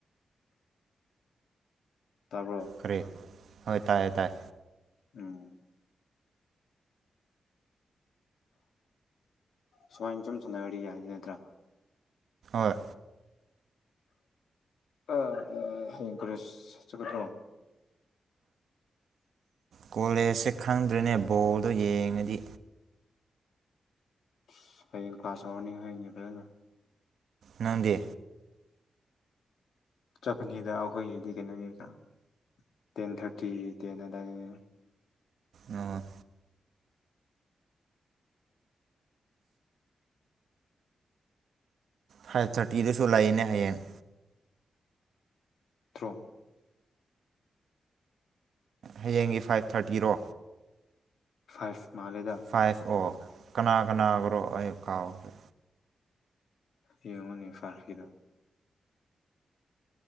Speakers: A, on the left (about 85°); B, on the right (about 80°).
A: ꯇꯥꯕ꯭ꯔꯣ
B: ꯀꯔꯤ ꯍ ꯇꯥꯏ ꯇꯥꯏ
A: ꯎꯝ ꯁꯨꯃꯥꯏꯅ ꯆꯨꯝ ꯁꯅꯔꯤ ꯍꯥꯏꯗꯨ ꯅꯠꯇ꯭ꯔꯥ
B: ꯍꯣꯏ
A: ꯑ ꯍꯡꯀꯔꯦ꯭ꯔꯣ
B: ꯀꯣꯂꯦꯖꯁꯦ ꯈꯪꯗ꯭ꯔꯦꯅꯦ ꯕꯣꯜꯗꯣ ꯌꯦꯡꯉꯗꯤ
A: ꯑꯁ ꯍꯌꯦꯡ ꯀ꯭ꯂꯥꯁ ꯍꯧꯔꯅꯤꯉꯩꯅꯤ ꯐꯖꯅ
B: ꯅꯪꯗꯦ
A: ꯆꯀꯅꯤꯗ ꯑꯩꯈꯣꯏꯒꯤꯗꯤ ꯀ ꯅꯪꯉꯀ ꯇꯦꯟ ꯊꯥꯔꯇꯤ ꯇꯦꯟ ꯑꯗꯥꯅꯤ
B: ꯑꯣ ꯐꯥꯏꯚ ꯊꯥꯔꯇꯤꯗꯁꯨ ꯂꯩꯥꯏꯌꯦꯅꯦ ꯍꯌꯦꯡ
A: ꯇ꯭ꯔꯣ
B: ꯍꯌꯦꯡꯒꯤ ꯐꯥꯏꯚ ꯊꯥꯔꯇꯤꯔꯣ
A: ꯐꯥꯏꯚ ꯃꯥꯜꯂꯦꯗ
B: ꯐꯥꯏꯚ ꯑꯣ ꯀꯅꯥ ꯀꯅꯥꯒ꯭ꯔꯣ ꯑꯩ ꯀꯥꯎꯒꯦ
A: ꯏꯉꯉꯅꯤ ꯐꯔ ꯀꯗ